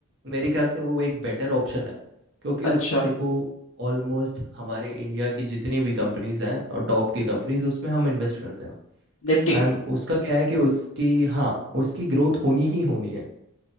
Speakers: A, on the right; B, on the left.
A: मेरे ख्याल से वो एक बेटर ऑप्शन है क्योंकि
B: अच्छा
A: उसमें देखो ऑलमोस्ट हमारे इंडिया की जितनी भी कंपनीज हैं और टॉप की
B: हम्म,
A: कंपनीज उसमें हम इन्वेस्ट करते हैं
B: निफ्टी
A: एंड उसका क्या है कि उसकी हाँ उसकी ग्रोथ होनी ही होनी है